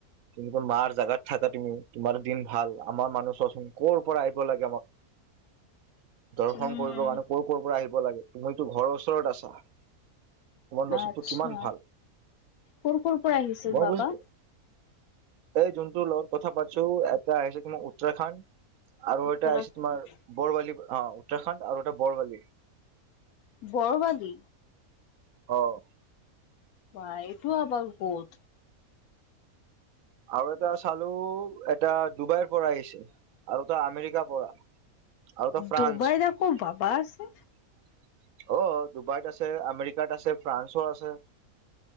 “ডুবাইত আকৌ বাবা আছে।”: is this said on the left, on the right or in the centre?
Left